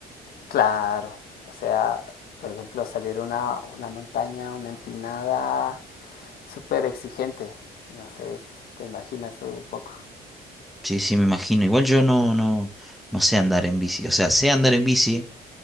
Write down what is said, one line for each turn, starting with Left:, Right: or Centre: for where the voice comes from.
Left: Claro, o sea, por ejemplo, salir una, una montaña, una empinada, súper exigente. No sé, te imaginas tú un poco.
Centre: Sí, sí, me imagino. Igual yo no, no, no sé andar en bici. O sea, sé andar en bici.